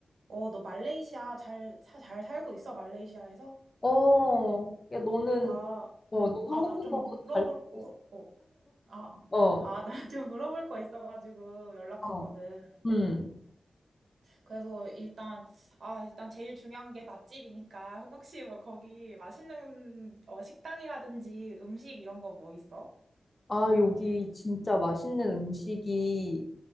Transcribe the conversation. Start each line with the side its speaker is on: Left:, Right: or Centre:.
Right: 어, 너 말레이시아 잘, 사- 잘 살고 있어, 말레이시아에서?
Left: 어, 야, 너는,
Right: 어, 나,
Left: 어,
Right: 음,
Left: 너 한국에서
Right: 아, 나 좀 어, 물어볼
Left: 잘 살고
Right: 거,
Left: 있어.
Right: 어, 아, 어.
Left: 어,
Right: 아, 나 좀 <laughs> 물어볼 거 있어가지고 연락했거든.
Left: 어, 음.
Right: 그래서 일단, 아, 일단 제일 중요한 게 맛집이니까 <laughs> 혹시 뭐 거기 맛있는 어, 식당이라든지 음식 이런 거 뭐 있어?
Left: 아, 여기 진짜 맛있는 음식이